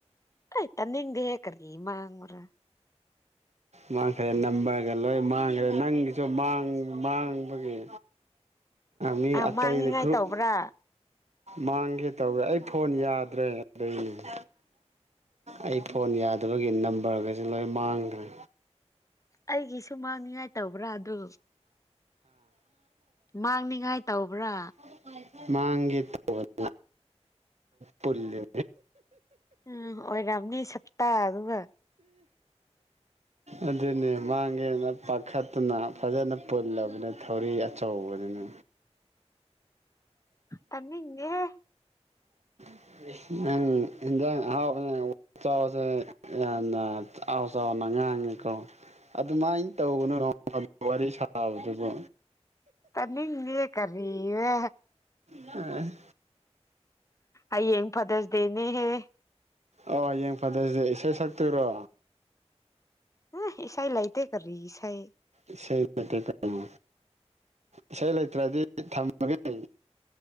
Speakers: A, on the left; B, on the right.
A: ꯑ ꯇꯅꯤꯡꯗꯦ ꯍꯦ ꯀꯔꯤ ꯃꯥꯡꯕꯅꯣ
B: ꯃꯥꯡꯈ꯭ꯔꯦ ꯅꯝꯕꯒ ꯂꯣꯏ ꯃꯥꯡꯈ꯭ꯔꯦ ꯅꯪꯒꯤꯁꯨ ꯃꯥꯡꯕꯒꯤ ꯃꯤ
A: ꯑꯥ
B: ꯑꯇꯩꯗ
A: ꯃꯥꯡꯅꯤꯡꯉꯥꯏ
B: ꯒꯔꯨꯞ
A: ꯇꯧꯕ꯭ꯔꯥ
B: ꯃꯥꯡꯒꯦ ꯇꯧꯒꯦ ꯑꯩ ꯐꯣꯟ ꯌꯥꯗ꯭ꯔꯦ ꯑꯗꯨꯗꯩꯅꯦ ꯑꯩ ꯐꯣꯟ ꯌꯥꯗꯕꯒꯤ ꯅꯝꯕꯔꯒꯁꯦ ꯂꯣꯏ ꯃꯥꯡꯈ꯭ꯔꯦ
A: ꯑꯩꯒꯤꯁꯨ ꯃꯥꯡꯅꯤꯡꯉꯥꯏ ꯇꯧꯕ꯭ꯔꯥ ꯑꯗꯨ ꯃꯥꯡꯅꯤꯡꯉꯥꯏ ꯇꯧꯕ꯭ꯔꯥ
B: <unintelligible> ꯃꯥꯡꯒꯤ ꯇꯧꯕꯅ ꯄꯨꯂ
A: ꯎꯝ ꯑꯣꯏꯔꯥꯝꯅꯤ ꯁꯞꯇꯥ ꯑꯗꯨꯒ
B: ꯑꯗꯨꯅꯦ ꯃꯥꯡꯒꯦꯅ ꯄꯥꯈꯠꯇꯨꯅ ꯐꯖꯅ ꯄꯨꯜꯂꯕꯅ ꯊꯧꯔꯤ ꯑꯆꯧꯕꯗꯨꯅꯤ
A: ꯇꯅꯤꯡꯗꯦ ꯍꯦ
B: <unintelligible> ꯑꯗꯨꯃꯥꯏꯅ ꯇꯧꯒꯅꯨ ꯋꯥꯔꯤ ꯁꯥꯕꯗꯨꯕꯨ
A: ꯇꯅꯤꯡꯗꯤꯦ ꯀꯔꯤꯌꯦ
B: ꯑ
A: ꯑꯩ ꯌꯦꯡ ꯐꯗꯁꯗꯦꯅꯤ ꯍꯦ
B: ꯑꯣ ꯍꯌꯦꯡ ꯐꯗꯁꯦ ꯏꯁꯩ ꯁꯛꯇꯨꯔꯣ
A: ꯑ ꯏꯁꯥꯥꯏ ꯂꯥꯏꯇꯦ ꯀꯔꯤ ꯏꯁꯥꯥꯏ
B: ꯏꯁꯩ ꯂꯩ ꯏꯁꯩ ꯂꯩꯇ꯭ꯔꯗꯤ ꯊꯝꯃꯒꯦ ꯂꯩ